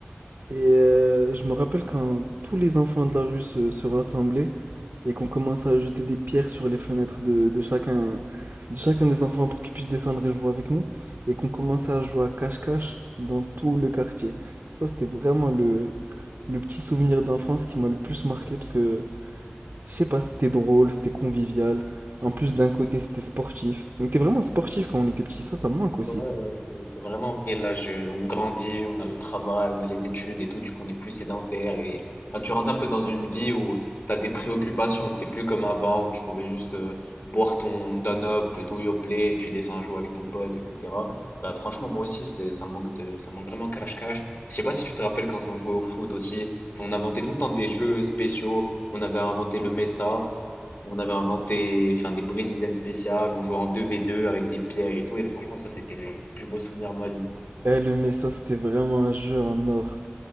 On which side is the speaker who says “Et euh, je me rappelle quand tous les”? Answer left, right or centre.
Right